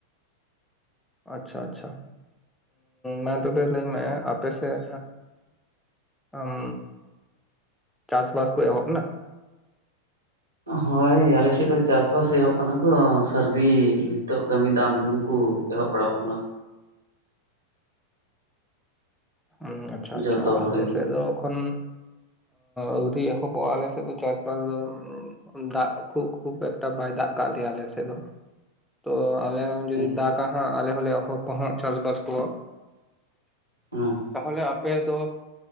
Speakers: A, in the centre; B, on the right (about 80°).
A: ᱟᱪᱪᱷᱟ ᱟᱪᱪᱷᱟ ᱢᱟ ᱛᱚᱵᱮ ᱞᱟᱹᱭ ᱢᱮ? ᱟᱯᱮ ᱥᱮᱫ ᱟᱢ ᱪᱟᱥ ᱵᱟᱥ ᱠᱚ ᱮᱦᱚᱵ ᱮᱱᱟ᱾
B: ᱦᱳᱭ ᱟᱞᱮ ᱥᱮᱫ ᱫᱚ ᱪᱟᱥ ᱵᱟᱥ ᱮᱦᱚᱵ ᱠᱟᱱᱟ ᱠᱩ ᱥᱟᱹᱨᱫᱤ ᱱᱤᱛᱚᱜ ᱠᱟᱹᱢᱤ ᱫᱟᱢ ᱫᱷᱩᱢ ᱠᱚ ᱮᱦᱚᱵ ᱯᱟᱲᱟᱣ ᱠᱟᱱᱟ᱾
A: ᱦᱩᱸ ᱟᱪᱪᱷᱟ ᱟᱪᱪᱷᱟ
B: ᱡᱚᱛᱚ ᱦᱚᱲ
A: ᱟᱞᱮ
B: ᱜᱮ
A: ᱥᱮᱫ ᱫᱚ ᱮᱠᱷᱚᱱ ᱟᱣᱹᱨᱤ ᱮᱦᱚᱵ ᱟᱞᱮ ᱥᱮ ᱫᱚ ᱪᱟᱥ ᱵᱟᱥ <unintelligible> ᱫᱟᱜ ᱠᱷᱩᱵ ᱠᱷᱩᱵ ᱮᱠᱴᱟ ᱵᱟᱭ ᱫᱟᱜ ᱠᱟᱜ ᱞᱮᱭᱟ ᱟᱞᱮ ᱥᱮᱫ ᱫᱚ ᱛᱚ ᱟᱞᱮᱼᱼ ᱡᱩᱫᱤ
B: ᱦᱳᱭ
A: ᱫᱟᱜ ᱟ ᱦᱟᱸᱜ ᱟᱞᱮ ᱦᱚᱸᱞᱮ ᱮᱦᱚ ᱵᱟ ᱦᱟᱸᱜ ᱪᱟᱥ ᱵᱟᱥ ᱠᱚ᱾
B: ᱦᱮᱸ
A: ᱛᱟᱦᱚᱞᱮ ᱟᱯᱮ ᱫᱚ